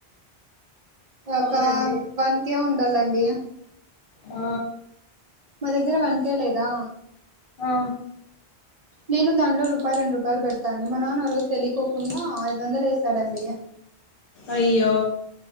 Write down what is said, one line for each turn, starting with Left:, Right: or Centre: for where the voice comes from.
Right: ఒక
Left: అవునండి
Right: వన్ కే ఉండాలండి
Left: ఆ
Right: మా దగ్గర వన్ కే లేదా
Left: ఆ
Right: నేను దాంట్లో రూపాయి రెండు రూపాయలు పెడతాను అండి మా నాన్న ఆ రోజు తెలియకోకుండా ఐదు వందలు వేసాడండీ
Left: అయ్యో